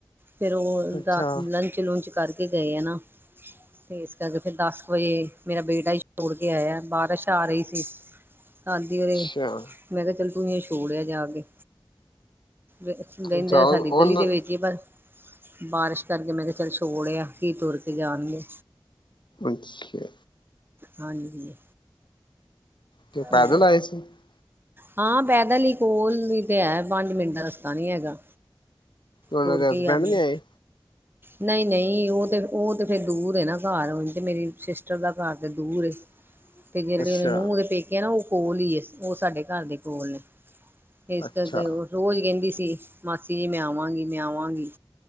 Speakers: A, on the right; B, on the left.
A: ਫੇਰ ਉਹ
B: ਅੱਛਾ
A: ਦਸ ਲੰਚ ਲੂਚ ਕਰਕੇ ਗਏ ਆ ਨਾ ਤੇ ਇਸ ਕਰਕੇ ਫਿਰ ਦਸ ਵਜੇ ਮੇਰਾ ਬੇਟਾ ਹੀ ਛੋੜ ਕੇ ਆਇਆ ਬਾਰਿਸ਼ ਆ ਰਹੀ ਸੀ। ਹਾਂਜੀ ਉਰੇ
B: ਅੱਛਾ
A: ਮੈਂ ਕਿਹਾ ਚੱਲ ਤੂੰ ਇਨੂੰ ਛੋੜਿਆ ਜਾ ਕੇ। ਰਹਿੰਦੇ
B: ਅੱਛਾ
A: ਤਾਂ
B: ਉਹਨਾਂ
A: ਸਾਡੀ ਗਲੀ ਦੇ ਵਿੱਚ ਈ ਪਰ ਬਾਰਿਸ਼ ਕਰਕੇ ਮੈਂ ਕਿਹਾ ਚੱਲ ਛੋੜਿਆ। ਕੀ ਤੁਰ ਕੇ ਜਾਣਗੇ।
B: ਅੱਛਾ।
A: ਹਾਂਜੀ।
B: ਤੇ ਪੈਦਲ
A: ਹੂੰ
B: ਆਏ ਸੀ ਤੇ
A: ਹਾਂ, ਪੈਦਲ ਈ ਕੋਲ ਈ ਤੇ ਹੈ ਪੰਜ ਮਿੰਟ ਦਾ ਰਸਤਾ ਨੀ ਹੈਗਾ।
B: ਉਹਨਾਂ
A: ਤੁਰ
B: ਦੇ
A: ਕੇ
B: ਹਸਬੈਂਡ
A: ਹੀ ਆ ਗਏ।
B: ਨੀ ਆਏ
A: ਨਹੀਂ ਨਹੀਂ, ਉਹ ਤੇ ਉਹ ਤੇ ਫਿਰ ਦੂਰ ਐ ਨਾ ਘਰ ਤੇ ਮੇਰੀ ਸਿਸਟਰ ਦਾ ਘਰ ਤੇ ਦੂਰ ਐ।
B: <inaudible>
A: ਤੇ ਜਿਹੜੀ
B: ਅੱਛਾ
A: ਇਹਦੀ ਨੂੰਹ ਦੇ ਪੇਕੇ ਆ ਨਾ ਉਹ ਕੋਲ ਈ ਐ ਉਹ ਸਾਡੇ ਘਰ ਦੇ ਕੋਲ ਨੇ ਇਸ
B: ਅੱਛਾ
A: ਕਰਕੇ ਉਹ ਰੋਜ਼ ਕਹਿੰਦੀ ਸੀ ਮਾਸੀ ਜੀ ਮੈਂ ਆਵਾਂਗੀ ਮੈਂ ਆਵਾਂਗੀ